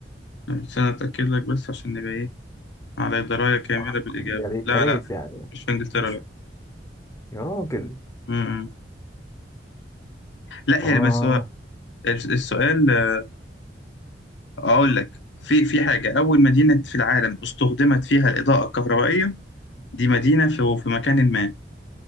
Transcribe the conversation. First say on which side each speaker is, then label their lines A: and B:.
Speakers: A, on the left (about 80°); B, on the left (about 20°).
A: استنى أتأكد لك بس عشان نبقى إيه على دراية كاملة
B: آه،
A: بالإجابة
B: يا ريت
A: لا
B: يا ريت
A: لا
B: يعني
A: مش في إنجلترا
B: مش يا راجل
A: لا لا
B: اه
A: هي بس هو الس- السؤال آه، اقول لك في في حاجه اول مدينه في العالم استخدمت فيها الاضاءه الكهربائيه دي مدينه في في مكان ما